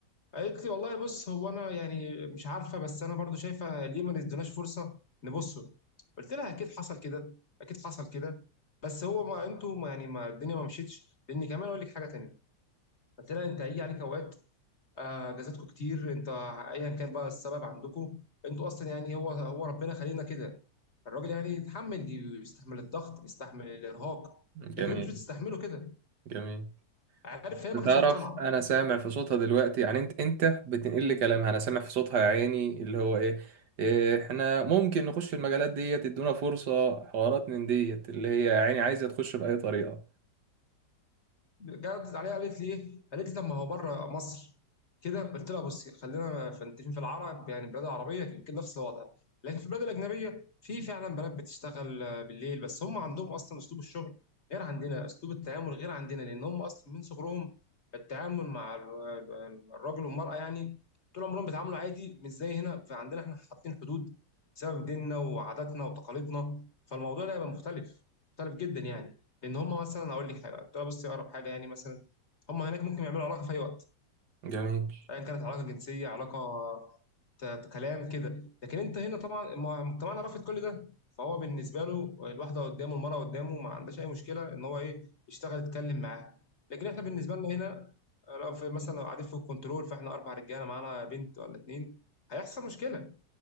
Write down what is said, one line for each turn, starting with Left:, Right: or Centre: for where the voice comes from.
Left: قالت لي والله بص هو انا يعني مش عارفه بس انا برضو شايفه ليه ما نديناش فرصه نبصه قلت لها اكيد حصل كده اكيد حصل كده بس هو ما انتوا ما يعني ما الدنيا ما مشيتش لان كمان اقول لك حاجه تانيه قلت لها انت هيجي عليك اوقات آه، اجازاتكم كتير انت ايا كان بقى السبب عندكم انتوا اصلا يعني هو هو ربنا خلينا كده الراجل يعني يتحمل يستحمل الضغط بيستحمل الارهاق لكن
Right: جميل
Left: انتوا مش بتستحملوا كده
Right: جميل
Left: عارف هي ما
Right: انت
Left: كانتش
Right: تعرف
Left: مقتنعه
Right: انا سامع في صوتها دلوقتي يعني انت انت بتنقل لي كلامها انا سامع في صوتها يا عيني اللي هو ايه إيه، احنا ممكن نخش في المجالات ديت تدونا فرصة حوارات من ديت اللي هي يا عيني عايزة تخش بأي طريقة
Left: جاوبت عليها قالت لي ايه؟ قالت لي طب ما هو بره مصر كده قلت لها بصي خلينا فانتين في العرب يعني البلاد العربيه يمكن نفس الوضع لكن في البلاد الاجنبيه في فعلا بنات بتشتغل آه، بالليل بس هم عندهم اصلا اسلوب الشغل غير عندنا اسلوب التعامل غير عندنا لان هم اصلا من صغرهم التعامل مع ال- الراجل والمراه يعني طول عمرهم بيتعاملوا عادي مش زي هنا فعندنا احنا حاطين حدود بسبب ديننا وعاداتنا وتقاليدنا فالموضوع ده هيبقى مختلف مختلف جدا يعني لان هم مثلا اقول لك حاجه تعالى بصي اقرب حاجه يعني مثلا هم هناك ممكن يعملوا علاقه في اي وقت
Right: جميل
Left: ايا كانت علاقه جنسيه علاقه ت- ت- كلام كده لكن انت هنا طبعا م- مجتمعنا رافض كل ده فهو بالنسبه له الواحده قدامه المراه قدامه ما عندهاش اي مشكله ان هو ايه يشتغل يتكلم معاها لكن احنا بالنسبه لنا هنا آه، لو في مثلا لو قاعدين في الكنترول فاحنا اربع رجاله معانا بنت ولا اتنين هيحصل مشكله